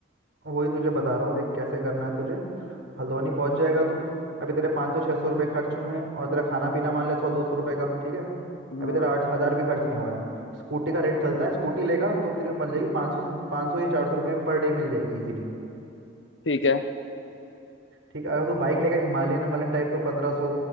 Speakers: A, on the right; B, on the left.
A: वही तुझे बता रहा हूँ देख कैसे करना है तुझे हल्द्वानी पहुंच जाएगा तू अभी तेरे पाँच सौ छः सौ रुपये खर्च हुए हैं और तेरा खाना पीना मान ले सौ दो सौ रुपये का ठीक है
B: हाँ
A: अभी तेरा आठ हज़ार भी खर्च नहीं हुआ है स्कूटी का रेंट चलता है स्कूटी लेगा तो तेरे को मिल जाएगी पाँच सौ से पाँच सौ या चार सौ रुपये में पर डे मिल जाएगी इजीली
B: ठीक है
A: ठीक है अगर तू बाइक लेगा हिमालयन हिमालयन टाइप तो पंद्रह सौ